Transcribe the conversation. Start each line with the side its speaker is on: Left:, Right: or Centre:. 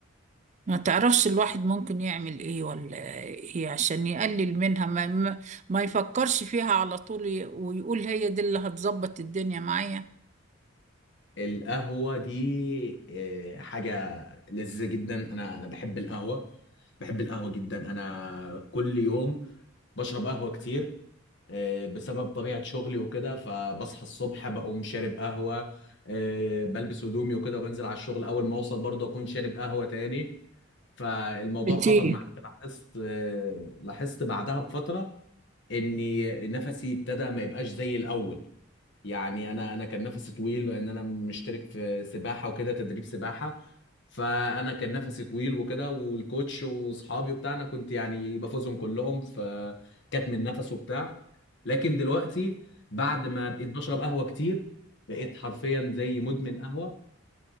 Right: ما تعرفش الواحد ممكن يعمل ايه ولا ايه عشان يقلل منها ما, ما ما يفكرش فيها على طول ي- ويقول هي دي اللي هتظبط الدنيا معايا
Left: القهوة دي آه، حاجة لذيذة جدا أنا أنا بحب القهوة بحب القهوة جدا أنا كل يوم بشرب قهوة كتير آه، بسبب طبيعة شغلي وكده فبصحى الصبح بقوم شارب قهوة آه، بلبس هدومي وكده وبنزل على الشغل أول ما أوصل برضه أكون شارب قهوة تاني فالموضوع
Right: كتير
Left: خطر معايا لاحظت آه، لاحظت بعدها بفترة إني نفسي ابتدى ما يبقاش زي الأول يعني انا انا كان نفسي طويل لان انا مشترك في سباحه وكده تدريب سباحه فانا كان نفسي طويل وكده والكوتش واصحابي وبتاع انا كنت يعني بفوزهم كلهم فكتم النفس وبتاع لكن دلوقتي بعد ما بقيت بشرب قهوه كتير بقيت حرفيا زي مدمن قهوه